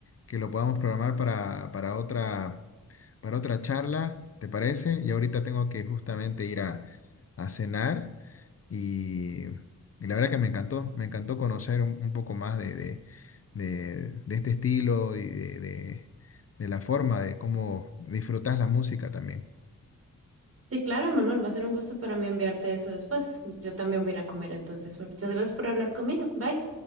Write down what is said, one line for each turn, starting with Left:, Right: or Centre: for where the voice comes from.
Left: que lo podamos programar para, para otra, para otra charla? ¿Te parece? Y ahorita tengo que justamente ir a, a cenar y, y la verdad que me encantó, me encantó conocer un, un poco más de, de, de- de este estilo y de, de de la forma de cómo disfrutas la música también.
Right: Sí, claro, Manuel va a ser un gusto para mí enviarte eso después. Yo también voy a ir a comer, entonces muchas gracias por hablar conmigo. Bye.